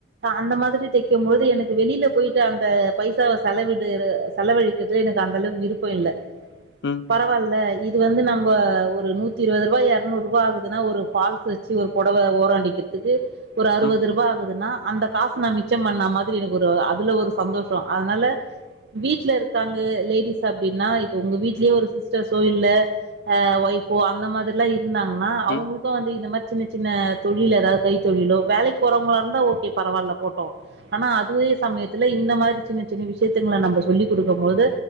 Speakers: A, on the right (about 70°); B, on the left (about 75°).
A: அந்த மாதிரி தெக்கும்போது எனக்கு வெளியில போயு அந்த பைசாவ செலவிடு செலவழிக்கிறதுல எனக்கு அந்த அளவு விருப்பம் இல்ல
B: ம்,
A: பரவால இ இது வந்து நம்ம ஒரு நூத்தி இருபது ரூபாய் இரநூறு ரூபா ஆகுதுன்னா ஒரு ஃபால்ஸ் வச்சு ஒரு புடவ ஓராடிக்கிறதுக்கு ஒரு அறுபது
B: ம்,
A: ரூபா ஆகுதுன்னா அந்த காசு நான் மிச்சம் பண்ண மாதிரி எனக்கு ஒரு அதுல ஒரு சந்தோஷோ அதனால வீட்டல இருக்காங்க லேடிஸ் அப்படின்னா இப்ப உங்க வீட்லயே ஒரு சிஸ்டர் சோ இல்ல வைஃப்போ அந்த மாதிரிலா இருந்தாங்கன்னா அவுங்களுக்கு
B: ம்.
A: வந்து இந்த மாரி சின்ன சின்ன தொழில் எதாவது கைத்தொழிலோ வேலைக்கு போறவங்களா இருந்தா ஓகே பரவால போட்டோ ஆனா அதுவே சமயத் த்துல இந்த மாரி சின்ன சின்ன விஷயத்தங்களை நம்ம சொல்லி் குடுக்கும் போது